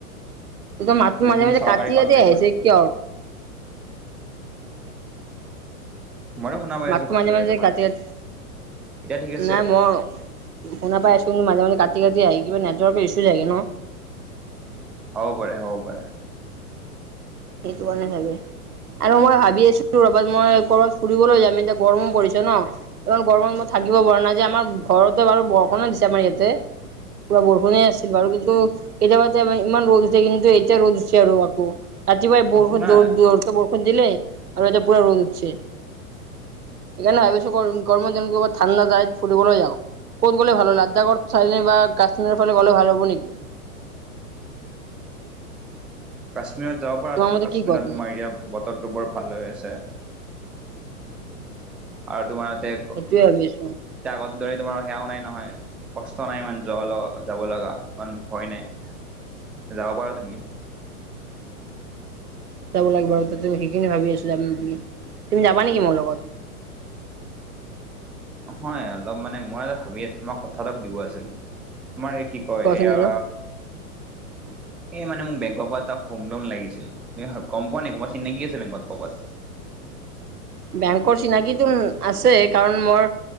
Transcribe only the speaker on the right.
মাতটো
মাজে
মাজে
কাটি কাটি
আহিছে কিয়?
মাতটো
মাজে মাজে
কাটি কাট,
নাই ম শুনা পাই আছো, কিন্তু মাজ মাজ কাটি কাটি আহি কিবা নেটৱকৰ ইছ্যু ছাগে ন?
সেইটো কাৰণে চাগে। আৰু মই ভাবি আছিলো ৰবাত মই কৰবাত ফুৰিবলৈ যাম। এতিয়া গৰমো পৰিছে ন। ইমান গৰমত মই থাকিব পৰা নাই যে আমাৰ ঘৰতে বাৰু বৰষুণো দিছে আমাৰ ইয়াতে। পুৱা বৰষুণে আছিল বাৰু, কিন্তু কেতিয়াবা তাৰমানে ইমান ৰ'দ উঠে, কিন্তু এতিয়া ৰ'দ উঠিছে আৰু আকৌ। ৰাতিপুৱাই বৰষুণ
দৌ-দৌৰকে বৰষুণ দিলে আৰু এতিয়া পুৰা ৰ'দ উঠছে। সেইকাৰণে ভাবি আছোঁ <unintelligible> গৰমত যেন ক'বাত ঠাণ্ডা ফুৰিবলৈ যাওঁ। ক'ত গ'লে ভাল হ'ব লাডাখৰ চাইডে বা কাশ্মীৰৰ ফালে গলে ভাল হ'ব নেকি?
তোমাৰ
মতে
কি কোৱা তুমি
সেইটোৱে ভাবি আছো।
যাব লাগিব তাতে মই সেইখিনি ভাবি আছো যাম বুলি। তুমি যাবা নেকি মোৰ লগত?
কোৱাচোন
বাৰু <inaudible>
বেংকৰ চিনাকিটো আছে। কাৰণ মোৰ